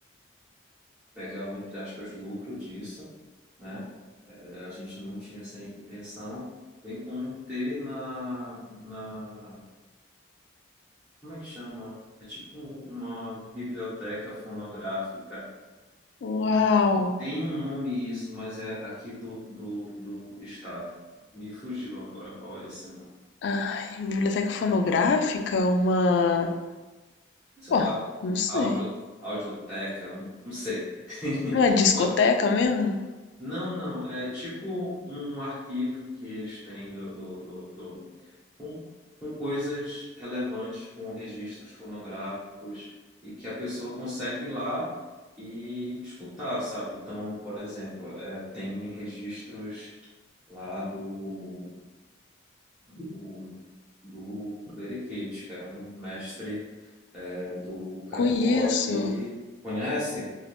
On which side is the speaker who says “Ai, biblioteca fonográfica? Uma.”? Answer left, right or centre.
Left